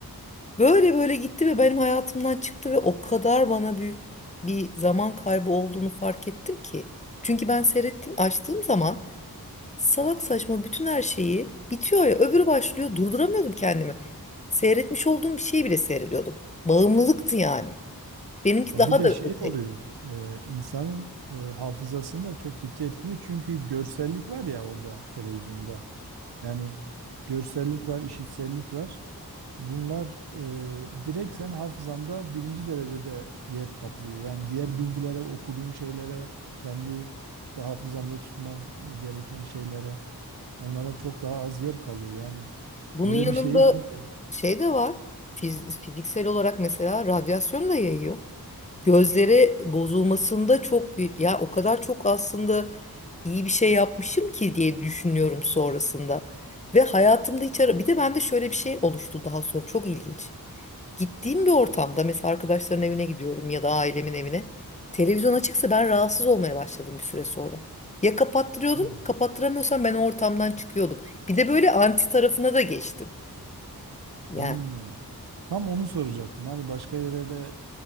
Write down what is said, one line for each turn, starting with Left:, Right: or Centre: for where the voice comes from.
Left: Böyle böyle gitti ve benim hayatımdan çıktı ve o kadar bana büyük bir zaman kaybı olduğunu fark ettim ki. Çünkü ben seyrettiğim, açtığım zaman salak saçma bütün her şeyi bitiyor ya öbürü başlıyor durduramıyordum kendimi. Seyretmiş olduğum bir şeyi bile seyrediyordum. Bağımlılıktı yani. Benimki
Right: Ya
Left: daha
Right: bir de
Left: da
Right: şey
Left: öteydi.
Right: oluyor, e, insanın e, hafızasını da çok ciddi etkiliyor. Çünkü görsellik var ya orada televizyonda. Yani görsellik var, işitsellik var. Bunlar e, direkt sen hafızanda birinci derecede yer kaplıyor. Yani diğer bilgilere, okuduğun şeylere, kendi işte hafızanda tutman gereken şeylere, onlara çok daha az yer kalıyor. Yani
Left: Bunun
Right: böyle
Left: yanında
Right: bir şey de de-
Left: şey de var. Fiz- fiziksel olarak mesela radyasyon da yayıyor. gözleri bozulmasında çok büyük ya o kadar çok aslında iyi bir şey yapmışım ki diye düşünüyorum sonrasında. Ve hayatımda hiç ara bir de bende şöyle bir şey oluştu daha sonra çok ilginç. Gittiğim bir ortamda mesela arkadaşların evine gidiyorum ya da ailemin evine televizyon açıksa ben rahatsız olmaya başladım bir süre sonra. Ya kapattırıyordum,
Right: Hmm.
Left: kapattıramıyorsam ben o ortamdan çıkıyordum. Bir de böyle anti tarafına da geçtim. Yani
Right: Hmm. tam onu soracaktım. Hani başka yere de